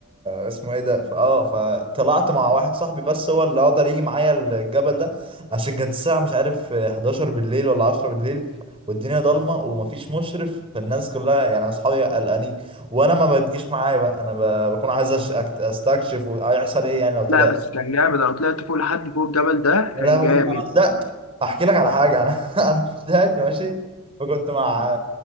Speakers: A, on the right; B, on the left.
A: اسمه ايه ده ف اه فطلعت مع واحد صاحبي بس هو اللي قدر يجي معايا الجبل ده عشان كانت الساعة مش عارف 11 بالليل ولا 10 بالليل والدنيا ضلمة ومفيش مشرف فالناس كلها يعني اصحابي قلقانين وانا ما بتجيش معايا بقى انا ب... بكون عايز أش- أكت- استكشف وهيحصل ايه يعني لو طلعت
B: لا بس كان جامد انا طلعت فوق لحد فوق الجبل ده
A: يا
B: كان
A: لهوي
B: جامد
A: أنا بدأت احكي لك على حاجه انا <laughs> انا بدأت ماشي وكنت مع